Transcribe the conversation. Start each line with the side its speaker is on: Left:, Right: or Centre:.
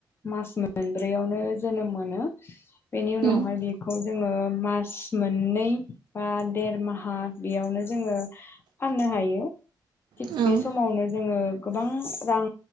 Left: मास मोनब्रैयावनो जोनोम मोनो बेनि उनावहाय
Right: उम
Left: बेखौ जोङो मास मोननै बा देर माहा बेयावनो जोङो फाननो हायो थिग
Right: औ
Left: बे
Right: औ
Left: समावनो जोङो गोबां रां